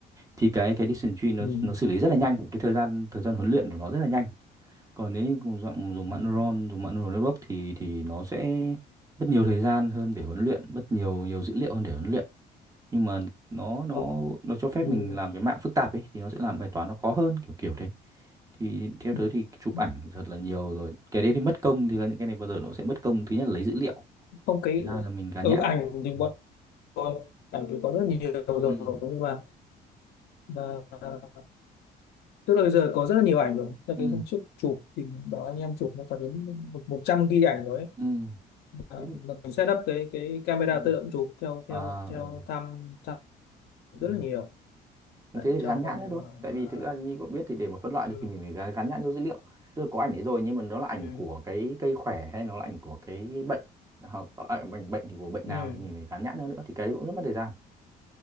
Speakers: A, on the right (about 20°); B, on the left (about 70°).
A: thì cái cái decision tree nó
B: ừ.
A: nó xử lý rất là nhanh cái thời gian thời gian huấn luyện của nó rất là nhanh còn nếu như cùng dùng dùng mạng
B: Ừ.
A: neuron dùng mạng neural network thì thì nó sẽ mất nhiều thời gian hơn để huấn luyện mất nhiều nhiều dữ liệu hơn để huấn luyện nhưng mà nó nó
B: Ừ.
A: nó cho phép
B: Ừ.
A: mình làm cái mạng phức tạp ấy thì nó sẽ làm bài toán nó khó hơn kiểu kiểu thế thì theo tớ
B: Ừ.
A: thì chụp
B: Ừ.
A: ảnh thật là nhiều rồi cái đấy thì mất công thì những cái này bao giờ nó sẽ mất công thứ nhất là lấy dữ liệu
B: Không cái
A: thứ hai là mình gán
B: ừ,
A: nhãn
B: ảnh thì bọn
A: ừ
B: tôi ảnh thì có rất nhiều rồi
A: ừ
B: nhưng mà mà tức là bây giờ có rất là nhiều ảnh rồi. Cho
A: ừ
B: cái hôm trước chụp thì bảo anh em chụp nó phải đến một trăm ghi ảnh rồi ấy.
A: ừ.
B: à,
A: thế thì
B: mình setup cái cái camera
A: ừ.
B: tự động chụp theo
A: à
B: theo theo
A: ừ.
B: tham tham rất
A: ừ.
B: là nhiều
A: thế
B: đấy,
A: thì
B: trong
A: gắn nhãn
B: vòng
A: nữa thôi
B: khoảng
A: tại vì
B: à,
A: thực ra như cậu biết thì để mà phân loại
B: ừ,
A: được thì mình phải gắn, gắn nhãn vô dữ liệu tức là có ảnh đấy rồi nhưng mà nó là ảnh
B: ừ,
A: của cái cây khỏe hay nó là ảnh của cái bệnh hoặc à, ảnh bệnh thì của bệnh
B: ừ,
A: nào thì mình phải gắn nhãn nó nữa thì cái đấy cũng rất mất thời gian